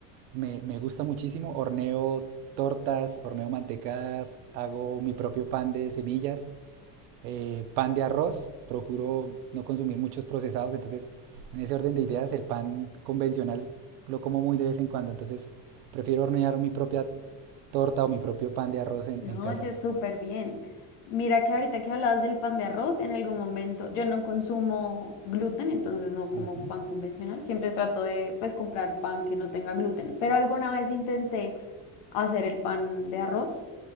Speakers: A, on the right (about 85°); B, on the left (about 75°).
A: me, me gusta muchísimo. Horneo tortas, horneo mantecadas, hago mi propio pan de semillas. eh, pan de arroz, procuro no consumir muchos procesados, entonces en ese orden de ideas el pan convencional lo como muy de vez en cuando, entonces prefiero hornear mi propia torta o mi propio pan de arroz en,
B: No,
A: en casa.
B: Oye, súper bien. Mira que ahorita que hablabas del pan de arroz, en algún momento yo no consumo gluten, entonces no como
A: Ujú.
B: pan convencional. Siempre trato de pues comprar pan que no tenga gluten, pero alguna vez intenté hacer el pan de arroz